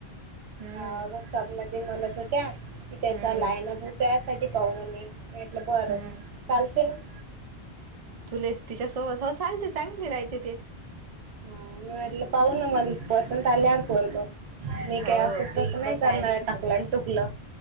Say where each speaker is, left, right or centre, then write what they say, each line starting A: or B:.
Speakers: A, on the right; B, on the right.
A: हम्म
B: ह मग स्वपना दी म्हणत होत्या की त्याचा
A: हम्म
B: लायन ब त्यासाठी पाहूनी मी म्हटलं बरं
A: हम्म
B: चालते ना त
A: तुले तिच्यासोबत हो चालते चांगले राहते ते
B: हा मी म्हटलं पाहुन म पसंत आल्यावर पोरगं मी
A: हो
B: काय असं
A: ते
B: तसं नाही
A: कसं
B: करणार
A: आहे आणि कसं
B: टकलं
A: नाही.
B: आणि टुकलं